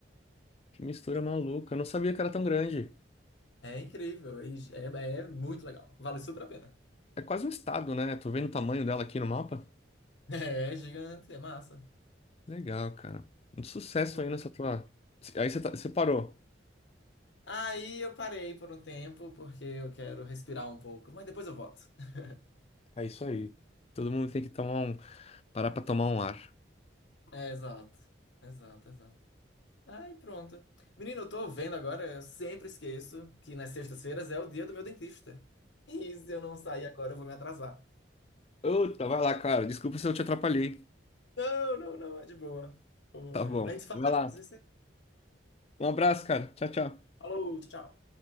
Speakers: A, on the left; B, on the left.
A: Que mistura maluca. Eu não sabia que era tão grande.
B: É incrível, e é, é muito legal. Vale super a pena.
A: É quase um estado, né? Tô vendo o tamanho dela aqui no mapa.
B: <laughs> É gigante, é massa.
A: Legal, cara. Um sucesso aí
B: Foi.
A: nessa tua. Aí você tá- você parou.
B: Aí eu parei por um tempo, porque eu quero respirar um pouco, mas depois eu volto. <laughs>
A: É isso aí. Todo mundo tem que tomar um, parar pra tomar um ar.
B: É, exato, exato, exato. Ai, pronto. Menino, eu tô vendo agora, eu sempre esqueço que nas sextas-feiras é o dia do meu dentista. E se eu não sair agora, eu vou me atrasar.
A: Outra, vai lá, cara. Desculpa se eu te atrapalhei.
B: Não, não, não, é de boa. Pô,
A: Tá
B: é.
A: bom.
B: A gente fala
A: Vai
B: depois.
A: lá. Um abraço, cara. Tchau, tchau.
B: Falou, tchau.